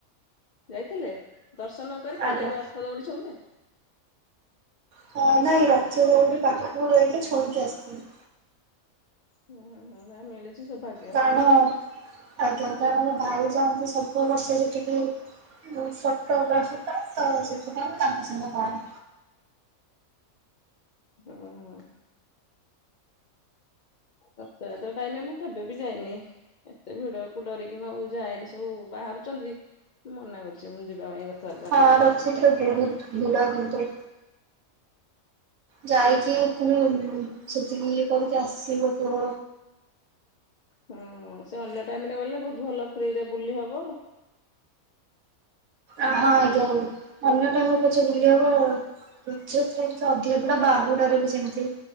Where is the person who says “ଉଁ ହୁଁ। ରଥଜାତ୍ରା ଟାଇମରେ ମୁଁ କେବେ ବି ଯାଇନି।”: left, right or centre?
Left